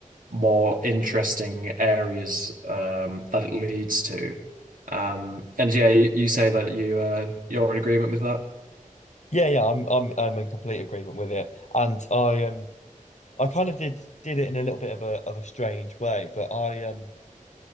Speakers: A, on the right; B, on the left.
A: more interesting areas um, that it leads to. Um, and yeah, you, you say that you uh, you're in agreement with that.
B: Yeah, yeah, I'm I'm I'm in complete agreement with it. And I um I kind of did did it in a little bit of a of a strange way, but I um